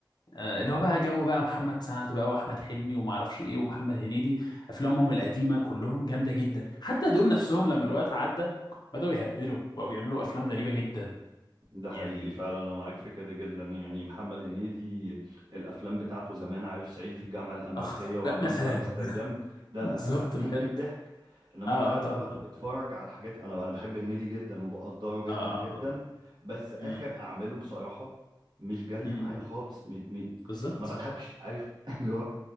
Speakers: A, on the left; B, on the right.
A: آه، اللي هو بقى جو بقى محمد سعد بقى واحمد حلمي وما اعرفش ايه ومحمد هنيدي افلامهم القديمه كلهم جامده جدا حتى دول نفسهم لما الوقت عدى بداوا يهبلوا بقوا بيعملوا افلام غريبه جدا
B: ده
A: يعني
B: حقيقي فعلا انا معاك في كده جدا يعني محمد هنيدي الافلام بتاعته زمان عارف صعيدي في الجامعه الامريكيه
A: اخ بقى
B: وهمام
A: مثلا
B: في امستردام
A: <laughs>
B: ده
A: بالظبط
B: ه- هتموت
A: بجد
B: من الضحك انما
A: اه
B: تعالى
A: اه طبعا
B: اتفرج على الحاجات انا انا بحب هنيدي جدا وبقدره جدا
A: اه
B: جدا
A: اه
B: بس اخر
A: امم
B: اعماله بصراحه مش جايه
A: امم
B: معايا خالص م... م...
A: بالظبط
B: ما بضحكش عارف <laughs> اللي هو